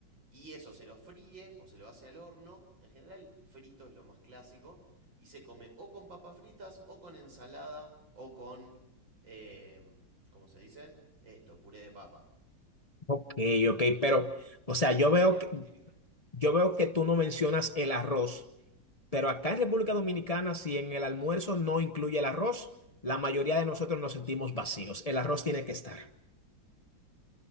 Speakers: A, on the right; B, on the left.
A: Y eso se lo fríe o se lo hace al horno. En general, frito es lo más clásico. Y se come o con papas fritas, o con ensalada, o con. Eh, ¿Cómo se dice? Esto, puré de papa.
B: Ok, ok, pero,
A: Eso
B: o sea,
A: es como
B: yo
A: una
B: veo
A: comida
B: que,
A: muy típica.
B: yo veo que tú no mencionas el arroz, pero acá en República Dominicana, si en el almuerzo no incluye el arroz, la mayoría de nosotros nos sentimos vacíos. El arroz tiene que estar.